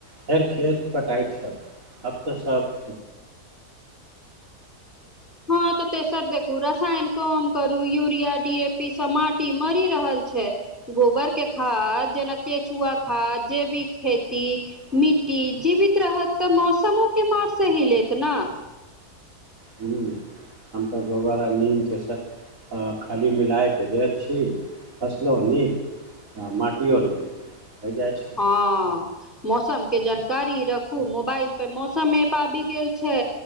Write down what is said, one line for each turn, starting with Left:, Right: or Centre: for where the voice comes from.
Right: फेर खेत पटाइ छल आब तऽ सब
Centre: हँ तऽ तेसर देखू रसायन कम करू यूरिया डी ए पी सब माटी मरि रहल छै गोबर के खाद जेना केचुआ खाद जैविक खेती मिट्टी जीवित रहत तऽ मौसमो के मार सैह लेत नहि
Right: हू हम तऽ गोबर आर नीमके से तँ खाली मिलाए कऽ दैत छी फसलहुँ नीक हँ माटियो नहि होइ जाइ छै
Centre: हँ मौसम के जानकारी रखू मोबाइल पे मौसम एप आबि गेल छै